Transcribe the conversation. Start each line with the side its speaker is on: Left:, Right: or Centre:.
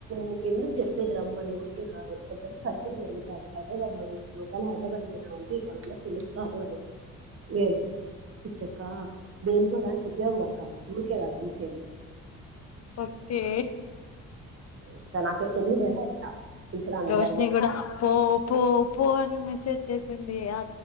Right: నిక్ ఎందుకె దు రమ్మని ఊరికే కాదు కొంచెం సర్కిలు పెరుగుతంది హైదరాబాద్ లో ఉన్నప్పుడు ఒకవేళ హైదరాబాద్లోదమ అంటే ఇంకావలందరికీ తెలుసు ర పోవాలి వే ఇచ్చక్క దేనికో ఉపయోగపడతారు ఊరికే కాదు పిలిచేది
Left: ఓకే
Right: ఇంకా నాకేం తెలియలేదా ఎట్లా పిలిచడానికి
Left: రోషని
Right: అడిగి
Left: కూడా పో పో ఫోన్ మెసేజ్ చేసింది అ